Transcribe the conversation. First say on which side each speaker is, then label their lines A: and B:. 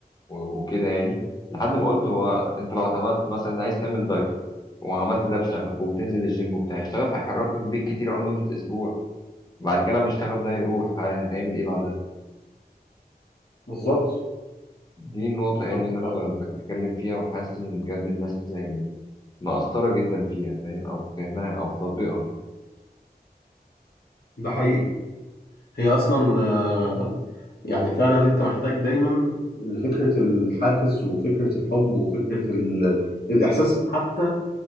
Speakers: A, on the left (about 25°); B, on the left (about 70°).
A: و- وكده يعني لحد ما قلت هو انت لو اعتمدت مثلا عايز تعمل دايت وعملت ده بشغف وبتنزل الجيم وبتاع الشغف هيحركك بيك كتير أول مدة أسبوع بعد كده لما الشغف ده يروح ه- هتعمل إيه بعدها
B: بالظبط
A: دي النقطة
B: بالظبط
A: يعني اللي أنا
B: آه،
A: ب- بتكلم فيها وحاسس إن بجد الناس يعني مقصرة جدا فيها فاهم أو في فهمها أو في تطبيقها
B: ده حقيقي هي اصلا آه، يعني فعلا انت محتاج دايما لفكرة الحافز وفكرة الحب وفكرة ال... الاحساس حتى